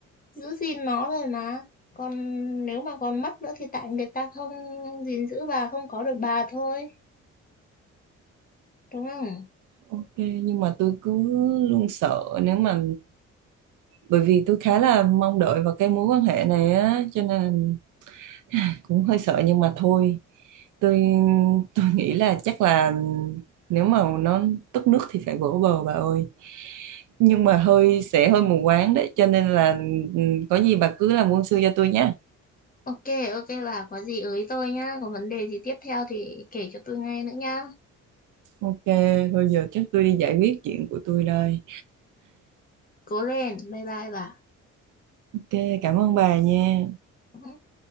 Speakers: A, on the left (about 30°); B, on the right (about 80°).
A: giữ gìn nó rồi mà còn nếu mà còn mất nữa thì tại người ta không gìn giữ bà không có được bà thôi đúng không
B: Ok, nhưng mà tôi cứ luôn sợ nếu mà bởi vì tôi khá là mong đợi vào cái mối quan hệ này á cho nên cũng hơi sợ nhưng mà thôi tôi tôi nghĩ là chắc là nếu mà nó tức nước thì phải vỗ bờ bà ơi nhưng mà hơi sẽ hơi mù quáng đấy cho nên là ừ, có gì bà cứ làm quân sư cho tôi nhé
A: ok ok bà có gì ới tôi nhá có vấn đề gì tiếp theo thì kể cho tôi nghe nữa nhá
B: ok thôi giờ chắc tôi đi giải quyết chuyện của tôi đây
A: cố lên bye bye
B: ok cảm ơn bà nha
A: bà